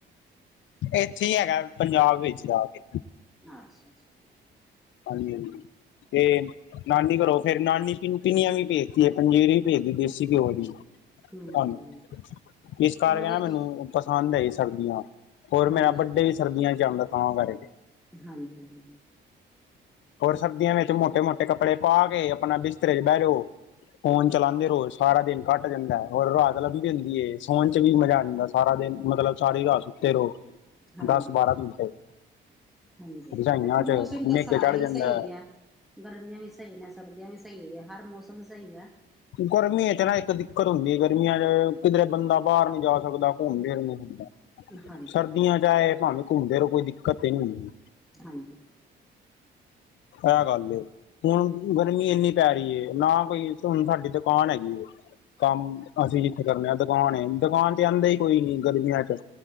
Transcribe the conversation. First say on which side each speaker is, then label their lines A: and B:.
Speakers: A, on the left; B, in the centre.
A: ਇੱਥੇ ਹੀ, ਹੈਗਾ ਪੰਜਾਬ ਵਿੱਚ ਜਾ ਕੇ।
B: ਅੱਛਾ- ਅੱਛਾ।
A: ਹਾਂਜੀ- ਹਾਂਜੀ। ਤੇ ਨਾਨੀ ਘਰੋਂ ਫੇਰ, ਨਾਨੀ ਪਿਨੀਆਂ ਵੀ, ਭੇਜਦੀ ਹੈ। ਪੰਜੀਰੀ ਵੀ, ਭੇਜਦੀ ਦੇਸੀ ਘਿਓ ਦੀ।
B: ਹਮ
A: ਹਾਂਜੀ, ਇਸ ਕਰ
B: ਆਹ
A: ਕ ਨਾ
B: ਦੇਖੋ
A: ਮੈਨੂੰ। ਪਸੰਦ ਹੈ ਜੀ ਸਰਦੀਆਂ। ਹੋਰ
B: ਹਾਂਜੀ
A: ਮੇਰਾ ਵੱਡੇ ਵੀ, ਸਰਦੀਆਂ ਚ ਆਉਦਾ ਤਾਂਹ ਕਰਕੇ।
B: ਹਾਂਜੀ- ਹਾਂਜੀ।
A: ਹੋਰ ਸਰਦੀਆਂ ਵਿੱਚ, ਮੋਟੇ- ਮੋਟੇ, ਕੱਪੜੇ ਪਾ ਕੇ। ਆਪਣਾ ਬਿਸਤਰੇ ਚ, ਬਹਿ ਜਾਓ। ਫੋਨ ਚਲਾਉਂਦੇ ਰਹੋ। ਸਾਰਾ ਦਿਨ ਘੱਟ ਜਾਂਦਾ ਹੈ। ਔਰ ਰਾਤ ਲੰਬੀ ਹੁੰਦੀ ਏ, ਸੋਨ ਚ ਵੀ ਮਜ਼ਾ ਆਉਂਦਾ। ਸਾਰਾਂ ਦਿਨ ਮਤਲਬ ਸਾਰੀ ਰਾਤ ਸੂੱਤੇ ਰੋ
B: ਹਾਂਜੀ
A: ਦੱਸ-ਬਾਰਾਂ ਘੰਟੇ।
B: ਹਾਂਜੀ,
A: ਰਜਾਈਆਂ
B: ਦੇਖੋ ਮੌਸਮ
A: 'ਚ
B: ਤਾਂ
A: ਨਿੱਘ
B: ਸਾਰਾ
A: ਚੜ ਜਾਂਦਾ।
B: ਈ ਸਈ
A: ਹੈ।
B: ਐ, ਗਰਮੀਆਂ ਵੀ ਸਈ ਨੇ, ਸਰਦੀਆਂ ਵੀ ਸਈ ਐ, ਹਰ ਮੌਸਮ ਸਈ ਐ।
A: ਗਰਮੀ ਇਚ ਨਾ ਇੱਕ ਦਿੱਕਤ ਹੁੰਦੀ ਗਰਮੀਆਂ ਚ ਕਿਧਰੇ ਬੰਦਾ ਬਾਰ ਨੀ ਜਾ ਸਕਦਾ, ਘੁੰਮ-ਫਿਰ ਨੀ ਸਕਦਾ।
B: ਹਾਂਜੀ
A: ਸਰਦੀਆਂ ਚ ਆਏ। ਭਾਵੇ ਘੁੰਮਦੇ ਰਹੋ, ਕੋਈ ਦਿੱਕਤ ਨਹੀਂ ਹੁੰਦੀ।
B: ਹਾਂਜੀ।
A: ਐ ਗੱਲ ਏ। ਹੁਣ ਗਰਮੀ ਇੰਨੀ ਪੈ ਰੀ ਏ, ਨਾ ਕੋਈ ਹੁਣ ਸਾਡੀ ਦੁਕਾਨ ਹੈਗੀ ਏ ਕੰਮ ਅਸੀਂ ਜਿੱਥੇ ਕਰਨੇ ਆ ਦੁਕਾਨ ਏ, ਦੁਕਾਨ ਚ ਆਂਦਾ ਈ ਕੋਈ ਨੀ ਗਰਮੀਆਂ ਚ।